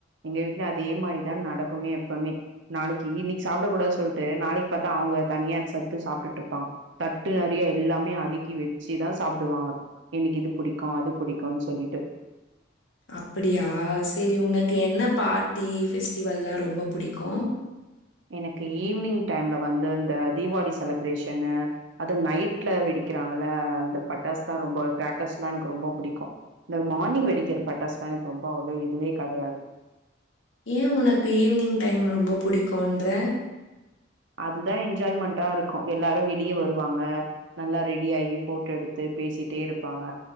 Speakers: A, on the right (about 70°); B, on the left (about 75°).
A: எங்க வீட்லயு அதே மாதிரிதா நடக்குமே எப்பமே நாளைக்கு இன்னிக்கி சாப்டக்கூடாது சொல்ட்டு நாளைக் பாத்தா அவுங்க தனியா எத்சத்து சாப்ட்டுட்டு இருப்பாங் தட்டு நெறைய எல்லாமே அடுக்கி வெச்சிதா சாப்டுவாங்க எனக்கு இது பிடிக்கு அது பிடிக்குன் சொல்லிட்டு
B: அப்படியா செரி உனக்கு என்ன பார்ட்டி ஃபெஸ்டிவல்லா ரொம்ப புடிக்கு
A: எனக்கு ஈவினிங் டைம்ல வந்து இந்த தீபாவளி செலப்ரேஷனு அதுவு நைட்ல வெடிக்கிறாங்கல்ல அந்த பட்டாஸ் தா ரொம்ப க்ரக்கர்ஸ்ல்லா எனக்கு ரொம்ப புடிக்கு இந்த மார்னிங் வெடிக்கிற பட்டாஸ்லா எனக்கு ரொம்போ அவ்ளோ இதுவே கெடயாது
B: ஏ உனக்கு ஈவினிங் டைம் ரொம்போ புடிக்குன்ற
A: அதுதா என்ஜாய்மெண்ட்டா இருக்கு எல்லாரு வெளிய வருவாங்க நல்லா ரெடியாகி போட்டோ எடுத்து பேசிட்டே இருப்பாங்க